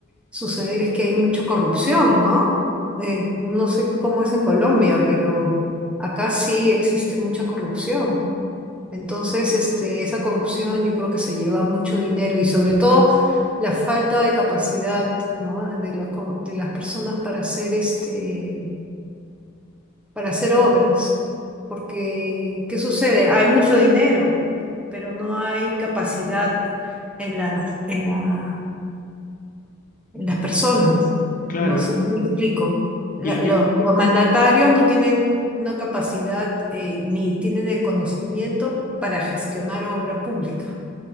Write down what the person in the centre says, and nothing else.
suceder es que hay mucha corrupción, ¿no? Eh, no sé cómo es en Colombia, pero acá sí existe mucha corrupción. Entonces, este, esa corrupción yo creo que se lleva mucho dinero y sobre todo la falta de capacidad, ¿no? de los co- de las personas para hacer este, para hacer obras. Porque, ¿qué sucede? Hay mucho dinero, pero no hay capacidad en la, en la, en las personas.
No sé si me explico. La-
lo-
los mandatarios no tienen una capacidad eh, ni tienen el conocimiento para gestionar obra pública.